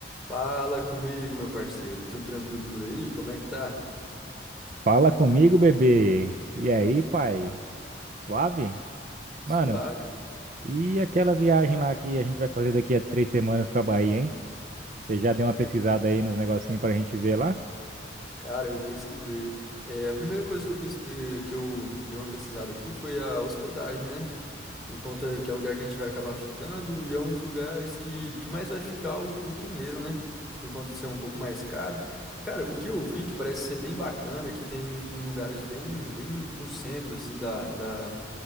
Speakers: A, in the centre; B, on the right.
A: Fala comigo, meu parceiro. Tudo tranquilo por aí? Como é que tá?
B: Fala comigo, bebê. E aí, pai? Suave?
A: Suave.
B: Mano, e aquela viagem lá que a gente vai fazer daqui a três semanas pra Bahia, hein? Você já deu uma pesquisada aí nos negocinhos pra gente ver lá?
A: Cara, eu pesquisei. É, a primeira coisa que eu, pes- eh, que eu dei uma pesquisada aqui foi a hospedagem, né? Por conta que é o lugar que a gente vai acabar ficando e é um dos lugares que, que mais vai ficar o, o dinheiro, né? Por conta de ser um pouco mais caro. Cara, o que eu vi que parece ser bem bacana, que tem em lugares bem, bem no centro, assim, da, da,